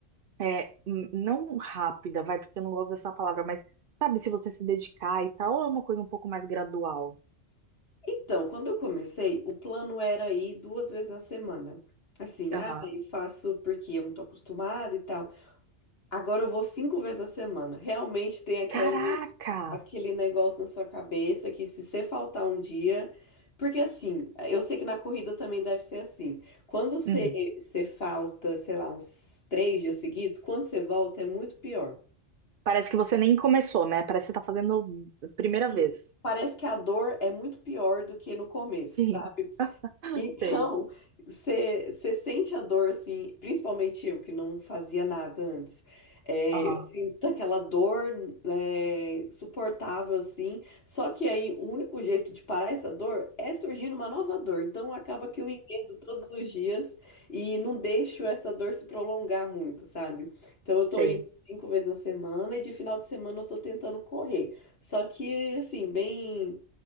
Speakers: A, on the right; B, on the left.
A: é, n- não rápida, vai, porque eu não gosto dessa palavra, mas sabe, se você se dedicar e tal, ou é uma coisa um pouco mais gradual.
B: Então, quando eu comecei, o plano era ir duas vezes na semana. Assim,
A: Aham.
B: ah, eu faço porque eu não tô acostumada e tal. Agora eu vou cinco vezes na semana. Realmente tem aquele,
A: Caraca!
B: aquele negócio na sua cabeça que se você faltar um dia. Porque assim, eu sei que na corrida também deve ser assim. Quando você,
A: Uhum.
B: você falta, sei lá, uns três dias seguidos, quando você volta é muito pior.
A: Parece que você nem começou, né? Parece que você tá fazendo a primeira
B: Sim,
A: vez.
B: parece que a dor é muito pior do que no começo,
A: Sim,
B: sabe?
A: <laughs>
B: Então,
A: sei.
B: você sente a dor, assim, principalmente eu, que não fazia nada antes. É,
A: Aham,
B: eu sinto aquela dor, é, suportável, assim. Só que aí o único jeito de parar essa dor é surgindo uma nova dor. Então, acaba que eu emendo todos os dias e não deixo essa dor se prolongar muito, sabe? Então, eu tô
A: sei.
B: indo cinco vezes na semana e de final de semana eu tô tentando correr. Só que, assim, bem